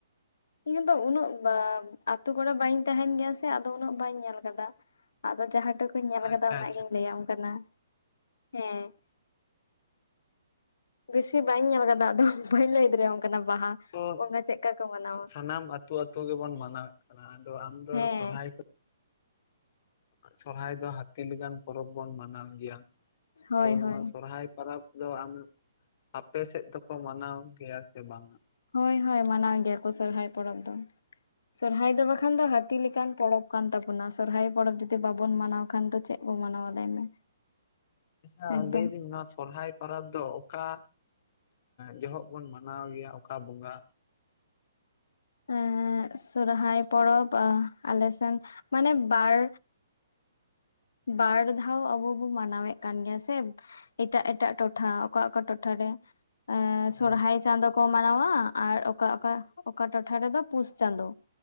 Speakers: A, on the left (about 80°); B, on the left (about 30°).
A: ᱤᱧ ᱫᱚ ᱩᱱᱟᱹᱜ ᱟᱛᱳ ᱠᱚᱨᱮ ᱵᱟᱹᱧ ᱛᱟᱦᱮᱱ ᱜᱮᱭᱟ ᱥᱮ ᱟᱫᱚ ᱩᱱᱟᱹᱜ ᱵᱟᱹᱧ ᱧᱮᱞ ᱟᱠᱟᱫᱟ ᱟᱫᱚ ᱡᱟᱸᱦᱟ ᱴᱚᱠᱩᱧ ᱧᱮᱞ
B: ᱟᱪᱪᱷᱟ
A: ᱟᱠᱟᱫᱟ ᱚᱱᱟ
B: ᱟᱪᱪᱷᱟ
A: ᱜᱤᱧ ᱞᱟᱹᱭ ᱟᱢ ᱠᱟᱱᱟ ᱦᱮᱸ ᱵᱮᱥᱤ ᱵᱟᱹᱧ ᱧᱮᱞ ᱟᱠᱟᱫᱟ ᱟᱫᱚ ᱵᱟᱹᱧ ᱞᱟᱹᱭ ᱫᱟᱲᱮᱭᱟᱢ ᱠᱟᱱᱟ ᱵᱟᱦᱟ
B: ᱛᱚ
A: ᱚᱱᱠᱟ ᱪᱮᱫᱠᱟ ᱠᱚ ᱢᱟᱱᱟᱣᱟ
B: ᱥᱟᱱᱟᱢ ᱟᱹᱛᱩ ᱟᱹᱛᱩ ᱜᱮᱵᱚᱱ ᱢᱟᱱᱟᱣᱮᱫ ᱠᱟᱱᱟ ᱟᱫᱚ ᱟᱢ ᱫᱚ
A: ᱦᱮᱸ
B: ᱥᱚᱨᱦᱟᱭ ᱥᱚᱨᱦᱟᱭ ᱫᱚ ᱦᱟᱹᱛᱤ ᱞᱮᱠᱟᱱ ᱯᱚᱨᱚᱵᱽ ᱵᱩᱱ ᱢᱟᱱᱟᱣ ᱜᱮᱭᱟ
A: ᱦᱳᱭ
B: ᱛᱚ
A: ᱦᱳᱭ
B: ᱱᱚᱣᱟ ᱥᱚᱦᱨᱟᱭ ᱯᱚᱨᱚᱵᱽ ᱫᱚ ᱟᱢ ᱟᱯᱮ ᱥᱮᱫ ᱫᱚᱠᱚ ᱢᱟᱱᱟᱣ ᱜᱮᱭᱟ ᱥᱮ ᱵᱟᱝᱟ
A: ᱦᱳᱭ ᱦᱳᱭ ᱢᱟᱱᱟᱣ ᱜᱮᱭᱟ ᱠᱚ ᱥᱚᱨᱦᱟᱭ ᱯᱚᱨᱚᱵᱽ ᱫᱚ ᱥᱚᱦᱨᱟᱭ ᱫᱚ ᱵᱟᱠᱷᱟᱱ ᱫᱚ ᱦᱟᱹᱛᱤ ᱞᱮᱠᱟᱱ ᱯᱚᱨᱚᱵᱽ ᱠᱟᱱ ᱛᱟᱵᱚᱱᱟ ᱥᱚᱨᱦᱟᱭ ᱯᱚᱨᱚᱵᱽ ᱡᱩᱫᱤ ᱵᱟᱵᱚᱱ ᱢᱟᱱᱟᱣ ᱵᱟᱠᱷᱟᱱ ᱫᱚ ᱪᱮᱫ ᱵᱚ ᱢᱟᱱᱟᱣᱟ ᱞᱟᱹᱭ ᱢᱮ
B: ᱟᱪᱪᱷᱟ
A: ᱮᱠᱫᱚᱢ
B: ᱞᱟᱹᱭ ᱮᱫᱤᱧ ᱥᱚᱦᱛᱟᱭ ᱯᱚᱨᱚᱵᱽ ᱫᱚ ᱚᱠᱟ ᱡᱚᱦᱚᱜ ᱵᱚᱱ ᱢᱟᱱᱟᱣ ᱜᱮᱭᱟ ᱚᱠᱟ ᱵᱚᱸᱜᱟ
A: ᱮᱸ ᱥᱚᱦᱨᱟᱭ ᱯᱚᱨᱚᱵᱽ ᱟᱞᱮ ᱥᱮᱱ ᱢᱟᱱᱮ ᱵᱟᱨ ᱵᱟᱨ ᱫᱷᱟᱣ ᱟᱵᱚ ᱵᱚᱱ ᱢᱟᱱᱟᱣᱮᱫ ᱠᱟᱱ ᱜᱮᱭᱟ ᱥᱮ ᱮᱴᱟᱜ ᱮᱴᱟᱜ ᱴᱚᱴᱷᱟ ᱚᱠᱟ ᱚᱠᱟ ᱴᱚᱴᱷᱟ ᱨᱮ
B: ᱦᱳᱭ
A: ᱥᱚᱨᱦᱟᱭ ᱪᱟᱸᱫᱳ ᱠᱚ ᱢᱟᱱᱟᱣᱟ ᱟᱨ ᱚᱠᱟ ᱚᱠᱟ ᱚᱠᱟ ᱴᱚᱴᱷᱟ ᱨᱮᱫᱚ ᱯᱩᱥ ᱪᱟᱸᱫᱳ